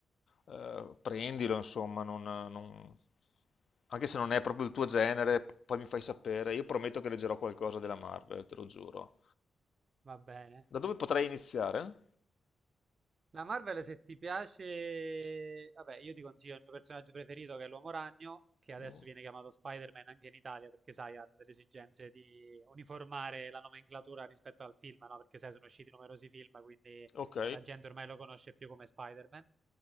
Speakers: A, on the left (about 60°); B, on the right (about 40°).
A: eh, prendilo, insomma, non- non- anche se non è proprio il tuo genere, poi mi fai sapere. Io prometto che leggerò qualcosa della Marvel, te lo giuro.
B: Va bene.
A: Da dove potrei iniziare?
B: La Marvel, se ti piace, vabbè, io ti consiglio il mio personaggio preferito che è l'Uomo Ragno, che adesso
A: Mm,
B: viene chiamato Spider-Man anche in Italia, perché sai, hanno delle esigenze di uniformare la nomenclatura rispetto al film, no? Perché sai, sono usciti numerosi film, quindi
A: Ok,
B: la gente ormai lo conosce più come Spider-Man.